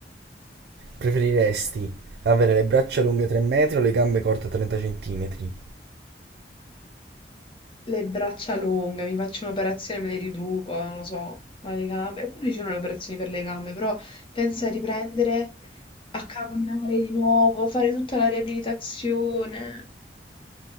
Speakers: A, on the right; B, on the left.
A: Preferiresti avere le braccia lunghe 3 metri o le gambe corte 30 centimetri?
B: Le braccia lunghe, mi faccio un'operazione, me le riduco, non lo so, ma le gambe. Eppure ci sono le operazioni per le gambe, però pensa a riprendere a camminare di nuovo, fare tutta la riabilitazione.